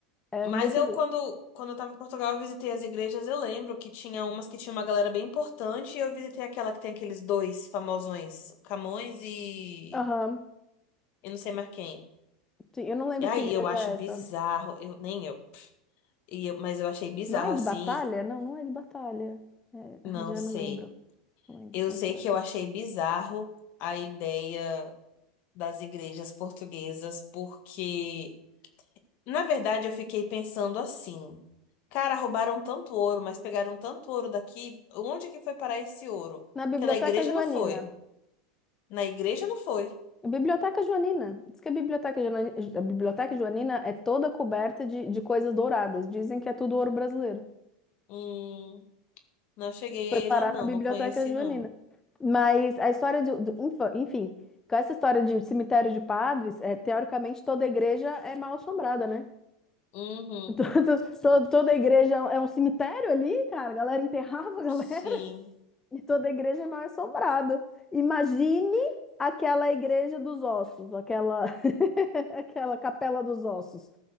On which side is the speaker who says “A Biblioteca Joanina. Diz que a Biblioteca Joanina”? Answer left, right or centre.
Left